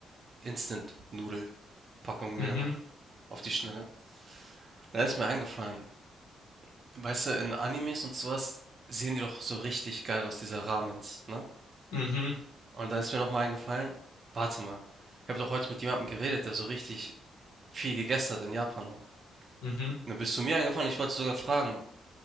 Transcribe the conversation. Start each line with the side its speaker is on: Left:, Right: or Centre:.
Right: Instant-Nudel-Packung
Left: Mhm,
Right: mir gemacht auf die Schnelle. Da ist mir eingefallen, weißt du, in Animes und so was sehen die doch so richtig geil aus, diese Ramens, ne?
Left: mhm,
Right: Und da ist mir noch mal eingefallen, warte mal, ich habe doch heute mit jemandem geredet, der so richtig viel gegessen hat in Japan auch.
Left: mhm.
Right: Und dann bist du mir eingefallen, ich wollte sogar fragen,